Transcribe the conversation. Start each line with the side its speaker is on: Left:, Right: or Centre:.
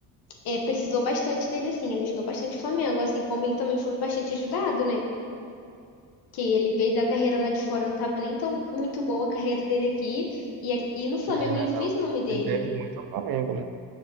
Left: é, precisou bastante dele, assim. Ele ajudou bastante o Flamengo, assim como ele também foi bastante ajudado, né? Que ele veio da carreira lá de fora, não estava nem tão muito boa a carreira dele aqui. E, ac- e no Flamengo
Right: É,
Left: ele
Right: não.
Left: fez o nome dele.
Right: Ele deve muito ao Flamengo, né?